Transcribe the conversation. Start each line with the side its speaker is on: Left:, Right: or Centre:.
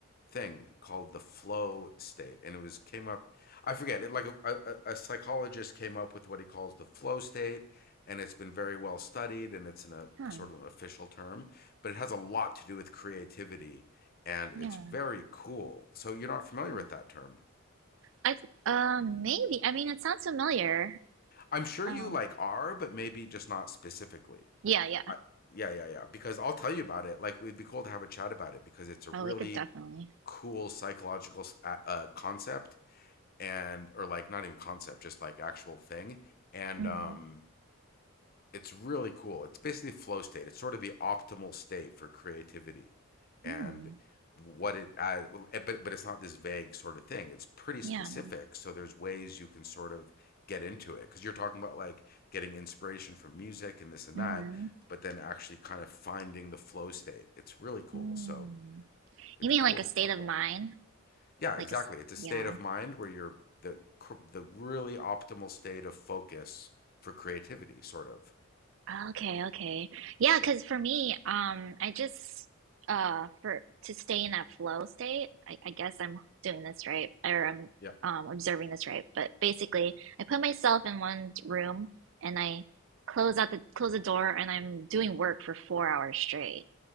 Left: thing called the flow state and it was came up i forget it like a, a, a psychologist came up with what he calls the flow state and it's been very well studied and it's in a
Right: huh,
Left: sort of an official term but it has a lot to do with creativity and it's
Right: yeah.
Left: very cool so you're not familiar
Right: Hmm.
Left: with that term
Right: I th um maybe. I mean, it sounds familiar.
Left: i'm sure
Right: Um,
Left: you like are but maybe just not specifically
Right: yeah, yeah.
Left: I, yeah yeah yeah because i'll tell you about it like it'd be cool to have a chat about it because it's a
Right: Oh,
Left: really
Right: we could definitely.
Left: cool psychological uh, uh, concept and or like not even concept, just like actual thing. And
Right: Mm-hmm.
Left: um, it's really cool. It's basically flow state. It's sort of the optimal state for creativity, and
Right: Mm,
Left: what it uh, well, eh, but but it's not this vague sort of thing. It's pretty specific.
Right: yeah.
Left: So there's ways you can sort of get into it because you're talking about like getting inspiration from music and this and
Right: Mm-hmm.
Left: that, but then actually kind of finding the flow state. It's really cool.
Right: Mm.
Left: So it'd
Right: You
Left: be
Right: mean
Left: cool
Right: like a
Left: to
Right: state
Left: talk
Right: of
Left: about
Right: mind?
Left: yeah,
Right: Like
Left: exactly.
Right: a s-
Left: It's a state
Right: yeah.
Left: of mind where you're the cr- the really optimal state of focus for creativity, sort of.
Right: Oh, Okay, okay. Yeah, because
Left: Yeah,
Right: for me, um, I just uh for to stay in that flow state, I, I guess I'm doing this right, or I'm
Left: yeah,
Right: um observing this right. But basically, I put myself in one room and I close out the close the door and I'm doing work for four hours straight,